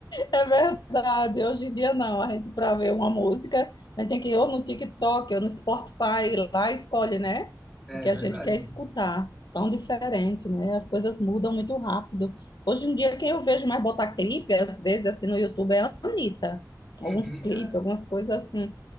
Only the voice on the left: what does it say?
é verdade. Hoje em dia não, a gente para ver uma música, a gente tem que ir ou no TikTok, ou no Spotify, lá escolhe, né?
O que
a gente quer escutar. Tão diferente, né? As coisas mudam muito rápido. Hoje em dia, quem eu vejo mais botar clipe, às vezes, assim, no YouTube, é a Anitta. Alguns
clipes,
algumas coisas assim.